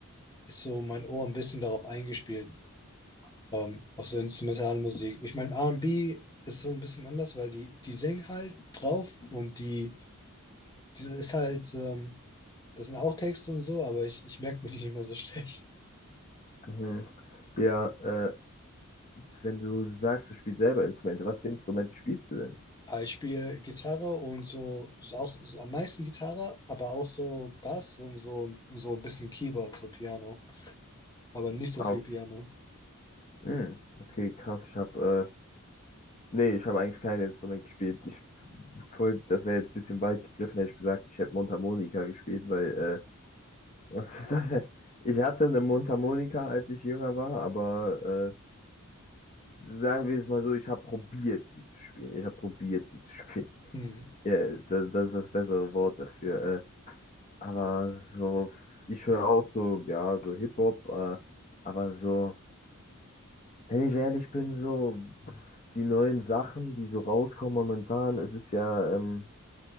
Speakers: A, on the left; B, on the left.
A: ist so mein Ohr ein bisschen darauf eingespielt, ähm, auf so instrumentale Musik. Ich meine, R und B ist so ein bisschen anders, weil die, die singen halt drauf und die, die ist halt, ähm, Das sind auch Texte und so, aber ich, ich merke mir die <laughs> immer so schlecht.
B: mhm. Ja, äh, wenn du sagst, du spielst selber Instrumente, was für Instrumente spielst du denn?
A: Aber ich spiele Gitarre und so, ist auch so am meisten Gitarre, aber auch so Bass und so, so ein bisschen Keyboard, so Piano. Aber nicht so
B: Ah,
A: viel
B: Okay,
A: Piano.
B: Hm, okay, krass. Ich habe, äh, nee, ich habe eigentlich kein Instrument gespielt. Ich, voll, das wäre jetzt ein bisschen weit gegriffen, hätte ich gesagt, ich hätte Mundharmonika gespielt, weil, äh, <laughs> was ist das? wär- Ich hatte eine Mundharmonika, als ich jünger war, aber äh, sagen wir es mal so, ich habe probiert, sie zu spielen. Ich habe probiert, sie zu <laughs> spielen.
A: Hm.
B: Ja, das, das ist das bessere Wort dafür. Äh, aber so, ich höre auch so, ja, so Hip-Hop, äh, aber so, wenn ich ehrlich bin, so pff, die neuen Sachen, die so rauskommen momentan, es ist ja, ähm,